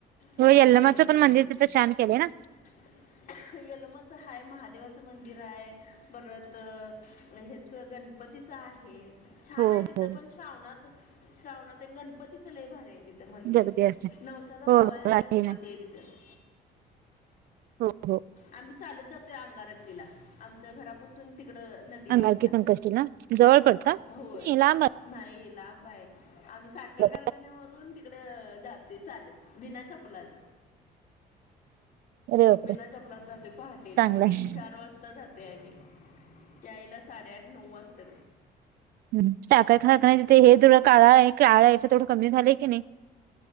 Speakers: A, on the left (about 55°); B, on the right (about 65°).
A: त्यामुळं
B: हो यल्लमाचं
A: नाही गेलो.
B: पण मंदिर
A: <unintelligible>
B: तिथं छान केलंय ना
A: यल्लम्माचं हाय महादेवाचं मंदिर आहे परत हे च गणपतीचं आहे. छान
B: हो
A: आहे तिथं
B: हो
A: पण, श्रावणात श्रावणात आणि गणपतीचं लय भारी आहे तिथं. ते मंदिर
B: जगदी असते
A: नवसाचा पावायचा
B: हो हो
A: गणपती
B: ना
A: आहे तिथं.
B: हो हो
A: आम्ही चालत जातोय अंगारकीला, आमच्या घरापासून तिकडं नदी वेसला
B: अंगारकी संकष्टी ना. जवळ पडतं?
A: होय
B: नाय लांब
A: नाही लांब आहे, आम्ही साखर
B: आहे.
A: कारखान्याव रून तिकडं जाते चालत बिना चपलाच.
B: अरे बापरे
A: बिना चपलाच जातोय पहाटेच,
B: चांगलंय
A: तीन चार वाजता जातेय आम्ही. यायला साडेआठ नऊ वाजतेत.
B: हम्म हम्म, साखर कारखाना आहे तिथं
A: असं करतोय
B: हे थोडं काळा आहे काळा आहे थोडं कमी झालंय की नाही